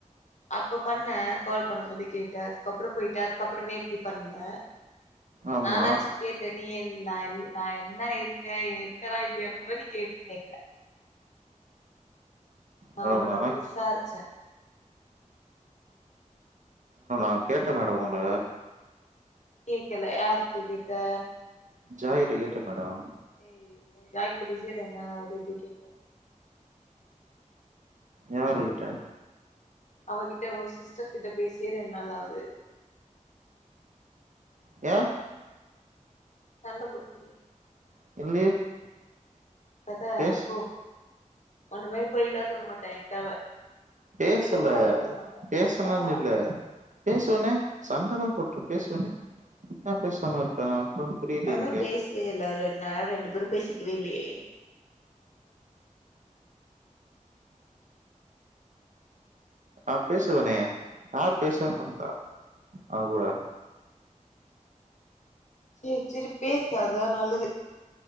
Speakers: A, on the left; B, on the right.
A: அப்ப பண்ணே கால் பண்ண சொல்லி கேட்டே அதுக்கப்றோ போயிட்டே அதுக்கப்றோ நேத்தி பண்ணே
B: ஆமா
A: நானாச்சி கேட்ட நீ என் நா நா என்னா இருக்க இருக்கறனா இல்லையான்னு கூட நீ கேட்டு கேக்கல நா
B: மேடம்
A: உன்ன பத்தி
B: நான்தா
A: விசாரிச்சே
B: ப்ப கேட்டே மேடம் உங்கள
A: கேக்கல யார்ட்ட கேட்ட
B: ஜாய்கிட்ட கேட்டே மேடம்
A: ஏய் நீ ஜாய் கிட்ட பேசியே ரெண்டு நாளாவுது எப்டி கேப்பே
B: யாருகிட்ட
A: அவகிட்ட ஹோ சிஸ்டர் கிட்ட பேசியே ரெண்டு நாளாகுது
B: ஏ
A: சண்டை போட்டியே
B: <unintelligible>
A: கத
B: பேஸ்
A: போ உன்ன மாரி பொய்யெல்லா சொல்ல மாட்ட ஏன்ட அவ
B: பேசல
A: எதுவு மறைக்கவு மாட்டா
B: பேசனன்ட்டு
A: அதா
B: இல்ல பேசுவனே சண்டதா போட்டு பேசுவனே ஏ பேசாம இருப்பே புரியலையே
A: அதா
B: எனக்கு
A: பேசுவ இல்ல ரெண்டு நாளா ரெண்டு பேரு பேசிக்கவே இல்லையே
B: ஆ பேசுவனே யார் பேசுலேனு சொன்னா அவகூட
A: செரி செரி பேசு அதா நல்லது